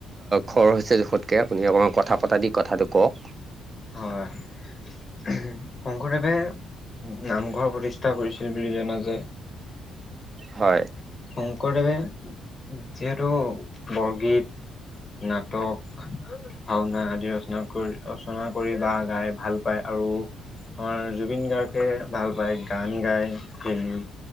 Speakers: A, on the right; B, on the left.
A: খৰ হৈছে জোখতকে, আপুনি অকণমান কথা পতাদি কথাটো কওঁক।
B: হয়। শংকৰদেৱে নামঘৰ প্ৰতিষ্ঠা কৰিছিল বুলি জনা যায়।
A: হয়।
B: শংকৰদেৱে যিহেতু বৰগীত নাটক, ভাওনা আদি ৰচনা কৰি ৰচনা কৰি বা গাই ভাল পায়। আৰু আমাৰ জুবিন গাৰ্গে ভাল পায় গান গাই খেলি